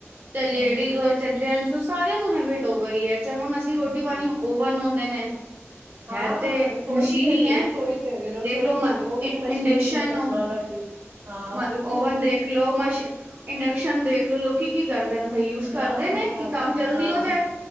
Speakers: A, on the right; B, on the right.
A: ਚਾਏ ਲੇਡੀਜ
B: ਹਾਂਜੀ,
A: ਹੋਏ ਚਾਏ ਜੈਂਟਸ ਹੋ ਸਾਰੇਆਂ ਨੂੰ ਹੈਬਿਟ ਹੋ ਗਈ ਏ। ਅਛਾ, ਹੁਨ ਅਸੀ ਰੋਟੀ
B: ਹਾਂਜੀ
A: ਪਾਨੀ ਔਵਨ ਹੁੰਦੇ ਨੇ।
B: ਹਾਂ
A: ਹੈ ਤੇ
B: ਰਸੋਈ
A: ਮਸ਼ੀਨ
B: ਤੇ
A: ਈ
B: ਵੀ,
A: ਐ।
B: ਰਸੋਈ ਤੇ ਵੀ, ਰਸੋਈ
A: ਦੇਖ ਲੋ ਮ
B: ਤੇ ਵੀ ਉਹ ਵੀ
A: ਇੰਡਕਸ਼ਨ
B: ਮਸ਼ੀਨ ਹੀ ਹੈ ਟੈਕਨੋਲੋਜੀ ਹਾਂ।
A: ਮ
B: ਬਿਲਕੁਲ,
A: ਔਵਨ
B: ਬਿਲਕੁਲ
A: ਦੇਖ ਲੋ, ਮਸੀ਼ ਇੰਡਕਸ਼ਨ ਦੇਖ ਲੋ, ਲੋਕੀ ਕੀ ਕਰਦੇ ਬਈ ਯੂਜ
B: ਹਾਂ
A: ਕਰਦੇ ਨੇ
B: ਬਰਾਬਰ
A: ਕਿ ਕੰਮ ਜਲਦੀ
B: ਹਾਂ,
A: ਹੋ ਜਾਏ,